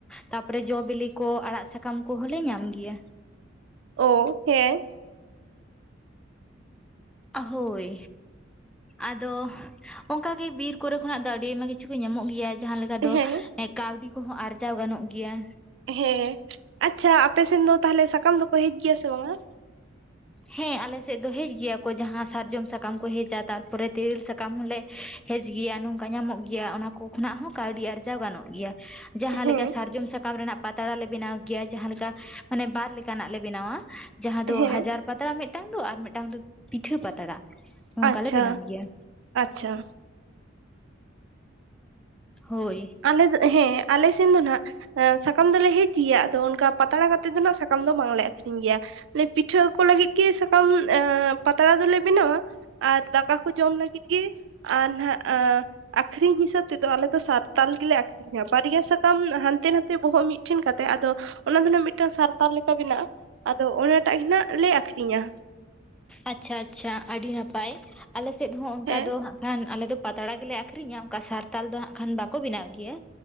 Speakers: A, in the centre; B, on the right (about 65°).
A: ᱛᱟᱯᱚᱨᱮ ᱡᱚ ᱵᱤᱞᱤ ᱠᱚ ᱟᱲᱟᱜ ᱥᱟᱠᱟᱢ ᱠᱚᱦᱚᱸ ᱞᱮ ᱧᱟᱢ ᱜᱮᱭᱟ᱾
B: ᱚ ᱦᱮᱸ᱾
A: ᱦᱳᱭ᱾ ᱟᱫᱚ ᱚᱱᱠᱟ ᱜᱮ ᱵᱤᱨ ᱠᱚᱨᱮ ᱠᱷᱚᱱᱟᱜ ᱫᱚ ᱟᱹᱰᱤ ᱟᱭᱢᱟ ᱠᱤᱪᱷᱩ ᱜᱮ ᱧᱟᱢᱚᱜ ᱜᱮᱭᱟ, ᱡᱟᱦᱟᱸ ᱞᱮᱠᱟ
B: ᱦᱮᱸ
A: ᱫᱚ ᱠᱟᱹᱣᱰᱤ ᱠᱚᱦᱚᱸ ᱟᱨᱡᱟᱣ ᱜᱟᱱᱚᱜ ᱜᱮᱭᱟ᱾
B: ᱦᱮᱸ ᱟᱪᱪᱷᱟ ᱟᱯᱮᱥᱮᱱ ᱫᱚ ᱛᱟᱦᱚᱞᱮ ᱥᱟᱠᱟᱢ ᱫᱚᱠᱚ ᱦᱮᱡ ᱜᱮᱭᱟ ᱥᱮ ᱵᱟᱝᱼᱟ?
A: ᱦᱮᱸ ᱟᱞᱮ ᱥᱮᱫ ᱫᱚ ᱦᱮᱡ ᱜᱮᱭᱟ ᱠᱚ ᱡᱟᱦᱟᱸ ᱥᱟᱨᱡᱚᱢ ᱥᱟᱠᱟᱢ ᱠᱚ ᱦᱮᱡᱼᱟ, ᱛᱟᱨᱯᱚᱨᱮ ᱛᱮᱨᱮᱞ ᱥᱟᱠᱟᱢ ᱦᱚᱸᱞᱮ ᱦᱮᱡ ᱜᱮᱭᱟ ᱧᱟᱢᱚᱜ ᱜᱮᱭᱟ, ᱚᱱᱟ ᱠᱚ ᱠᱷᱚᱱᱟᱜ ᱦᱚᱸ ᱠᱟᱹᱣᱰᱤ ᱟᱨᱡᱟᱣ ᱜᱟᱱᱚᱜ ᱜᱮᱭᱟ᱾ ᱡᱟᱦᱟᱸ
B: ᱦᱮᱸ
A: ᱞᱮᱠᱟ ᱥᱟᱨᱡᱚᱢ ᱥᱟᱠᱟᱢ ᱨᱮᱱᱟᱜ ᱯᱟᱛᱲᱟ ᱞᱮ ᱵᱮᱱᱟᱣ ᱜᱮᱭᱟ ᱡᱟᱦᱟᱸ ᱞᱮᱠᱟ ᱢᱟᱱᱮ ᱵᱟᱨ ᱞᱮᱠᱟᱱᱟᱜ ᱞᱮ ᱵᱮᱱᱟᱣᱼᱟ, ᱡᱟᱸᱦᱟ ᱫᱚ
B: ᱦᱮᱸ
A: ᱦᱟᱡᱟᱨ ᱯᱟᱛᱲᱟ ᱢᱤᱫᱴᱟᱝ ᱫᱚ ᱟᱨ ᱢᱤᱫᱴᱟᱝ ᱫᱚ ᱯᱤᱴᱷᱟᱹ ᱯᱟᱛᱲᱟ ᱱᱚᱝᱠᱟ
B: ᱟᱪᱪᱷᱟ
A: ᱞᱮ ᱵᱮᱱᱟᱣ ᱜᱮᱭᱟ᱾
B: ᱟᱪᱪᱷᱟ
A: ᱦᱳᱭ
B: ᱟᱞᱮ ᱫᱚ ᱦᱮᱸ ᱟᱞᱮ ᱥᱮᱱ ᱫᱚ ᱱᱟᱜᱼᱼ ᱮᱸ ᱥᱟᱠᱟᱢ ᱫᱚᱞᱮ ᱦᱮᱡ ᱜᱮᱭᱟ ᱟᱫᱚ ᱚᱱᱠᱟ ᱯᱟᱛᱲᱟ ᱠᱟᱛᱮᱜ ᱫᱚ ᱱᱟᱜ ᱥᱟᱠᱟᱢ ᱫᱚ ᱵᱟᱝᱞᱮ ᱟᱠᱷᱨᱤᱧ ᱜᱮᱭᱟ᱾ ᱮ ᱯᱤᱴᱷᱟᱹ ᱠᱚ ᱞᱟᱹᱜᱤᱫ ᱜᱮ ᱥᱟᱠᱟᱢ ᱮ ᱯᱟᱛᱲᱟ ᱫᱚᱞᱮ ᱵᱮᱱᱟᱣᱟ᱾ ᱟᱨ ᱫᱟᱠᱟ ᱠᱚ ᱡᱚᱢ ᱞᱟᱹᱜᱤᱫ ᱜᱮ ᱟᱨ ᱱᱟᱦᱱᱟᱜ ᱟᱠᱷᱨᱤᱧ ᱦᱤᱥᱟᱹᱵ ᱛᱮᱫᱚ ᱟᱞᱮ ᱫᱚ ᱥᱟᱛᱼᱼ ᱛᱟᱞ ᱜᱮᱞᱮ ᱟᱠᱷᱨᱤᱧᱟ ᱵᱟᱨᱭᱟ ᱥᱟᱠᱟᱢ ᱦᱟᱱᱛᱮ ᱱᱟᱛᱮ ᱵᱚᱦᱚᱜ ᱢᱤᱫᱴᱷᱮᱱ ᱠᱟᱛᱮᱜ ᱟᱫᱚ ᱚᱱᱟ ᱫᱚᱱᱟᱜ ᱢᱤᱫᱴᱟᱝ ᱥᱟᱨᱼᱼ ᱛᱟᱨ ᱞᱮᱠᱟ ᱢᱮᱱᱟᱜᱼᱟᱱᱟᱜ ᱟᱫᱚ ᱚᱱᱟᱴᱟᱜ ᱜᱮ ᱱᱟᱜ ᱞᱮ ᱟᱠᱠᱷᱨᱤᱧᱟ᱾
A: ᱟᱪᱪᱷᱟ ᱟᱪᱪᱷᱟ ᱟᱹᱰᱤ ᱱᱟᱯᱟᱭ᱾ ᱟᱞᱮᱥᱮᱫ ᱦᱚᱸ ᱚᱱᱠᱟ
B: ᱦᱮᱸ
A: ᱫᱚ ᱦᱟᱸᱜ ᱠᱷᱟᱱ ᱟᱞᱮ ᱫᱚ ᱯᱟᱛᱲᱟ ᱜᱮᱞᱮ ᱟᱠᱷᱨᱤᱧᱟ ᱚᱱᱠᱟ ᱥᱟᱨᱛᱟᱞ ᱫᱚ ᱦᱟᱸᱜ ᱠᱷᱟᱱ ᱵᱟᱼᱼ ᱠᱚ ᱵᱮᱱᱟᱣ ᱜᱮᱭᱟ᱾